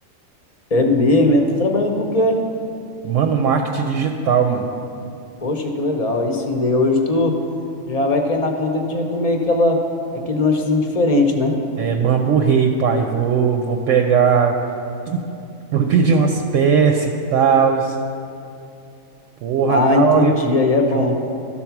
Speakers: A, on the left; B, on the right.
A: É mesmo, é. Tá trabalhando com o quê?
B: Mano, marketing digital, mano.
A: Poxa, que legal. Aí sim, daí hoje tu já vai cair na conta de comer aquela, aquele lanchezinho diferente, né?
B: É Bambu Rei, pai. Vou, vou pegar, <laughs> vou pedir umas peças e tal. Porra,
A: Ah,
B: da
A: entendi.
B: hora.
A: Aí é
B: Pedir
A: bom.
B: um.